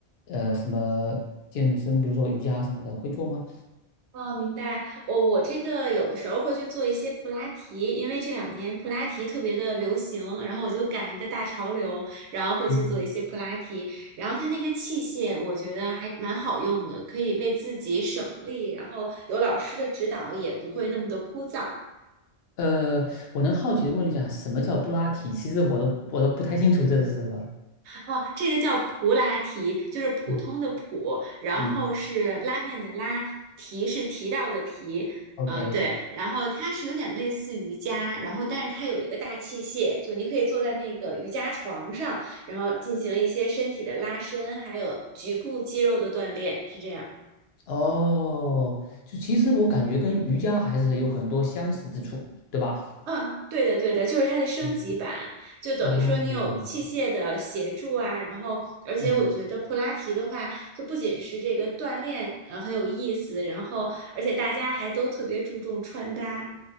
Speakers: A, on the left; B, on the right.
A: 呃什么健身，比如说瑜伽什么的，会做吗？
B: 哦，明白。我我这个有的时候会去做一些普拉提，因为这两年普拉提特别的流行，然后我就赶一个大潮流，然后会去做一些普拉提。
A: 嗯
B: 然后它那个器械，我觉得还蛮好用的，可以为自己省力，然后有老师的指导也不会那么的枯燥。
A: 呃，我能好奇的问一下，什么叫布拉提？其实我都我都不太清楚这是什么。
B: 哦，这个叫普拉提，就是普通的普，
A: 嗯，
B: 然后是拉面的拉，
A: 嗯
B: 提是提到的提，
A: ，OK，
B: 啊对，然后它是有点类似瑜伽，然后但是它有一个大器械，就你可以坐在那个瑜伽床上，然后进行一些身体的拉伸，还有局部肌肉的锻炼，是这样。
A: 哦，就其实我感觉跟瑜伽还是有很多相似之处，对吧？
B: 嗯，对的，对的，就是它的升级版，
A: 嗯
B: 就等于说你有器械的协助啊，
A: 哦，
B: 然后而且我觉得普拉提的话，
A: 嗯
B: 就不仅是这个锻炼，呃，很有意思，然后而且大家还都特别注重穿搭，